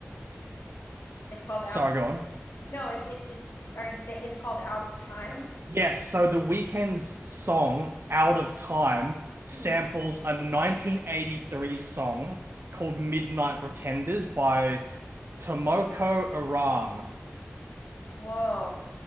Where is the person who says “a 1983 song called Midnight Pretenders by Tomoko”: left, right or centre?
Right